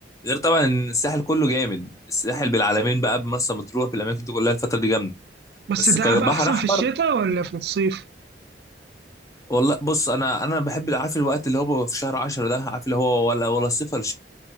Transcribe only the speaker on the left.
غير طبعا إن الساحل كله جامد الساحل بالعلمين بقى بمرسى مطروح بالاماكن دي كلها الفتره دي جامده
بس
كبحر
احمر
والله بص انا انا بحب عارف الوقت اللي هو بيبقى في شهر 10 ده عارف اللي هو ولا ولا صيف ولا